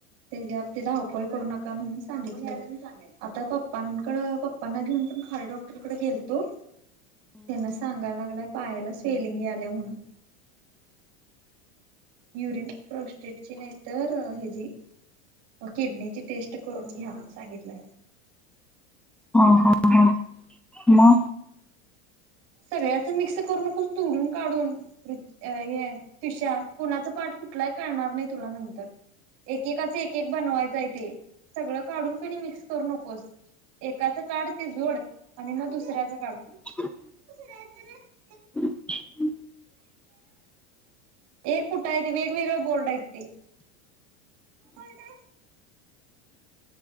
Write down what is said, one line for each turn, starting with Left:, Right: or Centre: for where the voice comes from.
Right: त्याच्या ते धावपळी करू नका म्हणून सांगितल आता प प्पां कड पप्पांना घेऊन पण खाली डॉक्टरकडे गेलतो त्यांना सांगायला लागलाय. पायाला स्वेलिंगी आल्या म्हणून युरिन प्रोस्टेटची नाही तर ह्याजी. हो किडनीची टेस्ट करून घ्या सांगितलंय.
Centre: ह हा ह म.
Right: सगळ्याच मिक्स करू नकोस तोडून काढून. हे तुष्या कुणाच पाठ कुठलाही करणार नाही तुला नंतर एकेकाचं एक एक बनवायचं आहे ते सगळं काढून कनई मिक्स करू नकोस. एकाचं काढ ते जोड आणि मग दुसऱ्याचं काढ.
Centre: <inaudible>
Right: <unintelligible>
Centre: अच्छा.
Right: एक कुठं आहे वेगवेगळे बोर्ड आहेत ते. कोण द